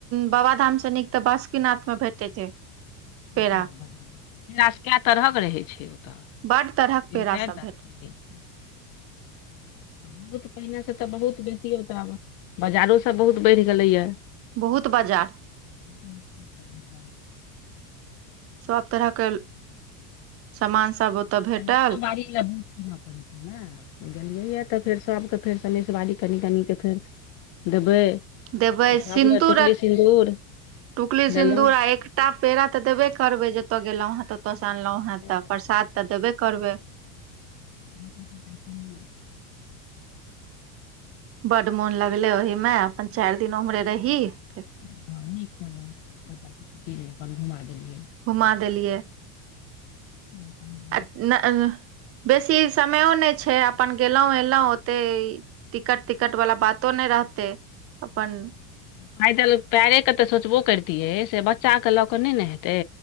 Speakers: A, on the right (about 30°); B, on the left (about 45°).
A: बाबा धाम सँ नीक तऽ बासुकीनाथ मे भेटै छै पेड़ा
B: पेड़ा कए तरहक रहै छै ओतऽ
A: बड्ड तरहक
B: तीन
A: पेड़ासभ
B: चारि तरहक
A: भेट
B: रहै छै बहुत पहिने से तऽ बहुत बेसी तऽ बाजारो सब बहुत बैड़ गेलै या
A: बहुत बजार
B: <inaudible>
A: सभ तरहके सामान सब ओतय भेटल
B: सनेशो बारी लना पड़ै छै <unintelligible> गेलियैए त फेर सभके फेर सलेशवाड़ी कनि कने फेर देबै
A: देबै
B: तऽ सभ
A: सिन्दूर
B: लए टुकली
A: आ
B: सिन्दूर
A: टुकली सिन्दूर
B: लेलहुँ
A: आ एक कटा पेड़ा तऽ देबे करबै जतय गेलो है ततय से अनलहुँ
B: से
A: है त प्रसाद त देबे करबै
B: ब <inaudible>
A: बड्ड मोन लगले ओहि मे अपन चारि दिन ओम्हरे रही घुमा
B: <inaudible>
A: घुमा देलियै
B: ह <inaudible>
A: आ बेसी समयो नहि छै अपन गेलौं एलौं ओते टिकट टिकट वाला बातो नहि रहतै अपन
B: पैदल पैरेके त सोचबो करितियै से बच्चा के ल क न ने हेतै